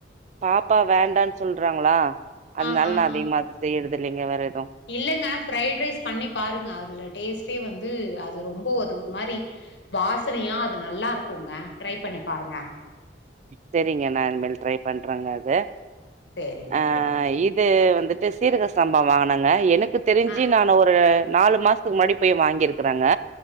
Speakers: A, on the right; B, on the left.
A: பாப்பா வேண்டானு சொல்றாங்களா அதனால
B: ஆ, ஆ,
A: நா அதிகமா
B: ஆ.
A: அது செய்யறது இல்லைங்க வேற எதும்
B: இல்லங்க ஃபிரைட் ரைஸ் பண்ணி பாருங்க அதுல டேஸ்ட்டே வந்து அது ரொம்ப அது ஒரு மாரி வாசனையா அது நல்லாருக்குங்க ட்ரை பண்ணி பாருங்க
A: செரிங்க நா இனிமேல் ட்ரை பண்றேங்க அது
B: ஆ சரிங்க,
A: ஆ
B: சரிங்க.
A: இது வந்து சீரக சம்பா வாங்குனேங்க எனக்கு தெரிஞ்சு
B: ஆ
A: நானு ஒரு நாலு மாசத்துக்கு முன்னாடி போய் வாங்கிருக்குறோங்க